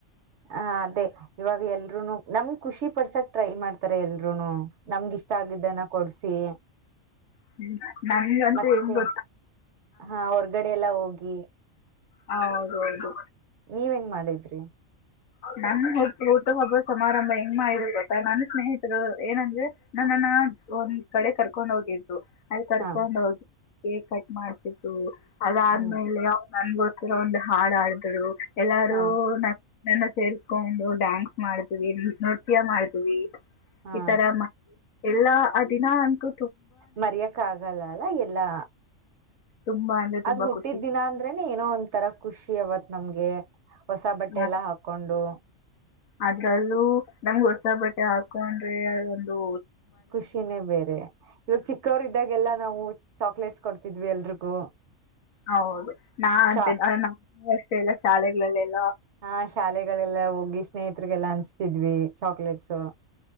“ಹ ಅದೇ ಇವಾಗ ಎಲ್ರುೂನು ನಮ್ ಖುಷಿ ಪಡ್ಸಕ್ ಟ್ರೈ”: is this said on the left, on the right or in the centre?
Right